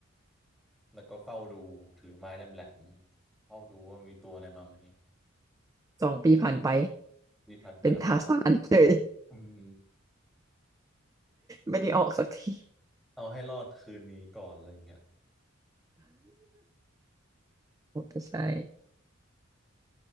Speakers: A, in the centre; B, on the right.
A: แล้วก็เฝ้าดูถือไม้แหลมๆเฝ้าดูว่ามีตัวอะไรมาไหม
B: สองปีผ่านไป
A: ที่พันไปน้ำตา
B: เป็นทาสานเลย
A: อืม
B: ไม่ได้ออกสักที
A: เอาให้รอดคืนนี้ก่อนอะไรอย่างเงี้ย
B: มอเตอร์ไซค์